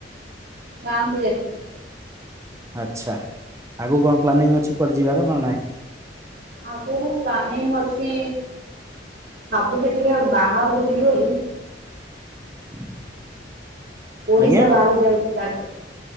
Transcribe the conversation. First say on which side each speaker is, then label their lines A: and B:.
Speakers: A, on the right; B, on the right.
A: ଗାଁ କୁ ଯାଇଥିଲି।
B: ଆଚ୍ଛା ଆଗକୁ କଣ ପ୍ଲାନିଂ ଅଛି କୁଆଡ଼େ ଯିବାର ନା ନାଇଁ।
A: ଆଗୁକୁ ପ୍ଲାନିଂ ଅଛି ଭାବୁଛି ଟିକେ ବାହାରକୁ ଯିବି ବୋଲି
B: <inaudible>
A: ଓଡିଶା
B: ଆଜ୍ଞା
A: ବାହାରକୁ ଯିବାକୁ ଇଚ୍ଛା ଅଛି।